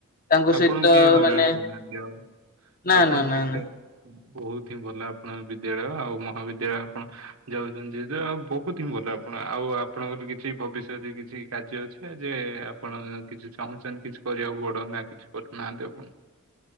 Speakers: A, on the left (about 45°); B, on the right (about 80°).
A: ତାଙ୍କ
B: ଆପଣଙ୍କୁ
A: ସହିତ
B: କିଏ ହଇରାଣ
A: ମାନେ
B: କରୁନାହାନ୍ତି ଆଉ?
A: ନା
B: ଆପଣ
A: ନା
B: ଠିକଠାକ୍
A: ନା ନା
B: ବହୁତୁ ହିଁ ଭଲ ଆପଣ ବିଦ୍ୟାଳୟ ଆଉ ମହାବିଦ୍ୟାଳୟ ଆପଣ ଯାଉଛନ୍ତି ଆଉ ବହୁତ ହିଁ ଭଲ ଆପଣ ଆଉ ଆପଣଙ୍କର କିଛି ଭବିଷ୍ୟତରେ କିଛି କାର୍ଯ୍ୟ ଅଛି ଯେ ଆପଣ କିଛି ଚାହୁଁଛନ୍ତି କିଛି? କରିବାକୁ ବଡ ନା କିଛି କରୁନାହାନ୍ତି ଆପଣ?